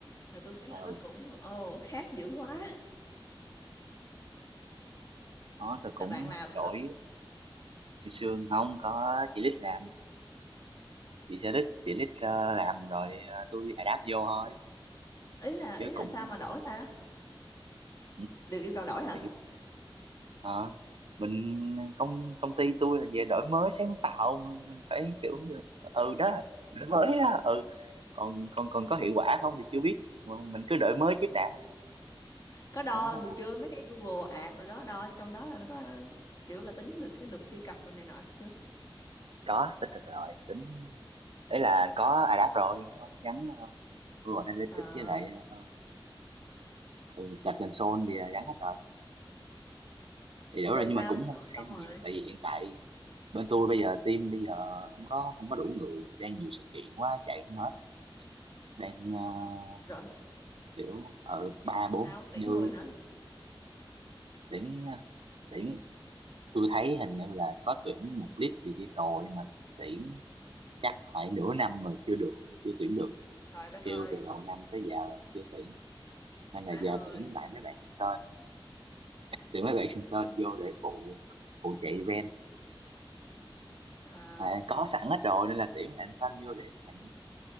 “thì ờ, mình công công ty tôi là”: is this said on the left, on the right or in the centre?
Right